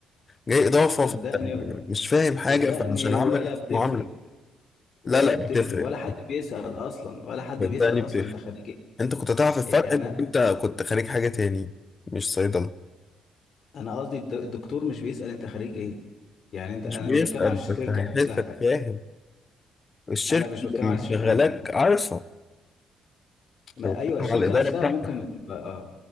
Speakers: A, on the left (about 30°); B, on the left (about 55°).
A: جاي اضافه
B: صدقني
A: فانت مش فاهم حاجه
B: صدقني
A: فمش هنعاملك
B: ولا بتفرق
A: معامله
B: ولا
A: لا لا
B: بتفرق
A: بتفرق
B: ولا حد بيسأل اصلا ولا حد
A: صدقني
B: بيسأل
A: بتفرق
B: اصلا انت خريج
A: انت كنت تعرف الفرق
B: ايه يعني
A: لو
B: انا
A: انت كنت خريج حاجه تاني مش صيدله
B: أنا قصدي الد- الدكتور مش بيسأل انت خريج ايه يعني انت
A: مش
B: انا
A: بيسال
B: مش بتكلم على الشركة
A: بس هيحسك
B: نفسها
A: فاهم الشركه
B: انا مش بتكلم
A: اللي
B: على الشركة
A: مشغلاك
B: نفسها
A: عارفه
B: ما
A: أنا بتكلم
B: ايوه الشركة
A: على الاداره
B: نفسها
A: بتاعتك
B: ممكن تبقى اه